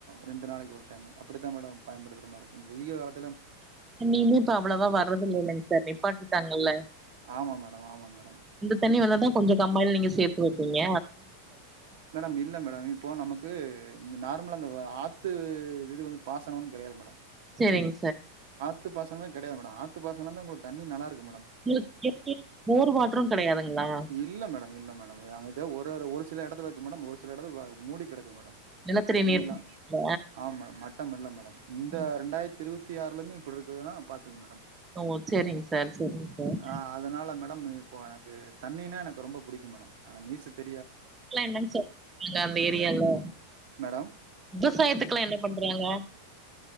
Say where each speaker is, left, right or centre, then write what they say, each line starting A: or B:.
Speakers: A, on the right; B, on the right.
A: ரெண்டு நாளக்கு ஒரு டைம் அப்புடிதா மேடம் பயன்படுத்துற மாரி இருக்கு இந்த வெய்க காலத்
B: நீமே இப்ப அவ்ளவா வரதுல்லலைங்க சார் நேவ் பாத்துட்டாங்கல்ல
A: ஆமா மேடம், ஆமா மேடம்.
B: தண்ணி வந்தாதா கொஞ்ச கம்மாய்ல நீங்க சேத்து வப்பிங்க
A: மேடம் இல்ல மேடம் இப்போ நமக்கு இந்து நார்ம்லா அந்த வ ஆத்து இது வந்து பாசனம்னு கடையாது மேடம்
B: ரிங்
A: த்து பாசனமே கடையது மேட ஆத்து பாசன தா உங்களுக்கு தண்ணி நல்லாருக்கு மேட்
B: <inaudible> போரு வாட்டரு கடையாதுங்ளா
A: இல்ல மேடம் இல்ல மேட எது அரு ஒரு சில எடத்துல இருக்கு மேட ஒரு சிலஎடத்தில் மூடி கடக்கு மேட
B: நிலத்தடி
A: தண்ணில்லா
B: நீர் இல்ல.
A: ஆ மேட மட்டம் இல்ல மேட இந்த
B: ம்.
A: ரெண்டாயித்தி இருவத் தி ஆறுலேய்மே இப்புட்ருக்குதுனா பாத்துங்க மேடம்
B: ஒ செரிங் சார் செரிங் சார்
A: ஆ அதனால மேடம் இப்போ எனக்கு தண்ணீனா எனக்கு ரொம்ப புடிக்கோ மேடம் ஆனா நீசத்து
B: க்லா என்னன் சொ இந்தக்கால் ஏரியால்ல
A: மேடம்
B: விவசாயத்துக்லா என்ன பண்றாங்க